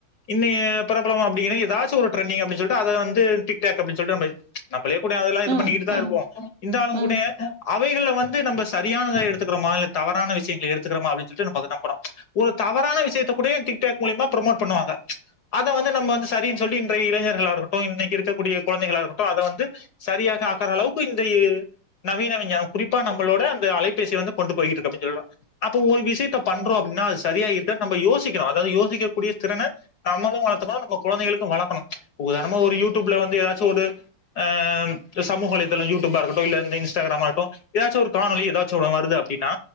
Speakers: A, on the left; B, on the right.
A: இன்னய பிரபலம் அப்பிடிங்கிற ஏதாச்சு ஒரு டரண்டிங் அப்டின் சொல்ட்டு அத வந்து டிக்டாக் அப்டின் சொல்ட்டு நம்ப நம்பளே கூட அதெல்லா இது
B: ம்
A: பண்ணிகிட்டு தா
B: ம்
A: இருப்போ இந்தாலுங்கூடயே
B: ம்
A: அவைகள்ல வந்து நம்ப சரியானத எடுத்துக்குறோமா இல்ல தவறான விஷயங்கள எடுத்துக்குறோமா அப்டின் சொல்ட்டு நம்ப அத நம்பணு ஒரு தவறான விஷயத்த கூடயே டிக்டாக் மூலியமா ப்ரோமோட் பண்ணுவாங்க அத வந்து நம்ம வந்து சரின் சொல்ட்டு இன்றைய இளைஞர்களா இருக்கட்டு இன்னக்கி இருக்கக்கூடிய கொழந்தைகளா இருக்கட்டு அத வந்து சரியாக ஆக்காற அளவுக்கு இந்தைய நவீன விஞ்ஞானம் குறிப்பா நம்பளோட அந்த அலைபேசி வந்து கொண்டு போயிட்ருக்கு அப்டின் சொல்லலா அப்போ ஒரு விஷயத்த பண்றோ அப்டின்னா அது சரியா இருக்கா நம்ப யோசிக்கணு அதாது யோசிக்கக்கூடிய திறன நம்மளு வளத்துக்கணு நம்ம கொழந்தைகளுக்கு வளக்கணு உதாரணமா ஒரு யூட்யூப்ல வந்து எதாச்சு ஒரு ஆ ம் இந்த சமூக வலைத்தளம் யூட்யூபா இருக்கட்டு இல்ல இந்த இன்ஸ்டாக்ராமாகட்டு ஏதாச்சு ஒரு காணொலி எதாச்சு ஒன்னு வருது அப்டின்னா